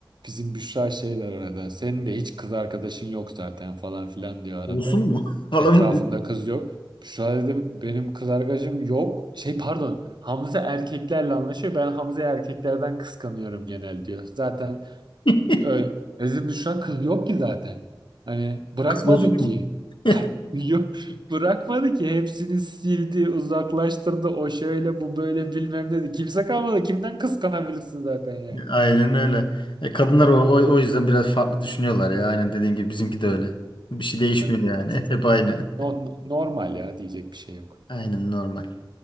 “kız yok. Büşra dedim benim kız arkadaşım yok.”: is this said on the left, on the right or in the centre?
Right